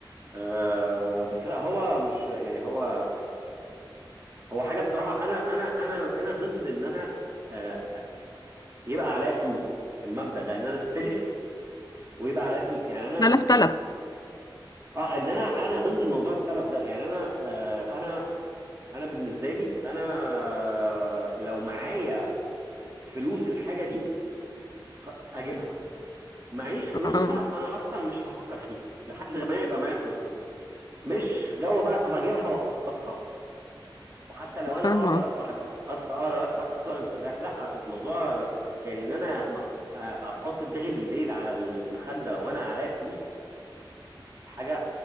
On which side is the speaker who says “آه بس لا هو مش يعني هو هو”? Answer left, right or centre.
Right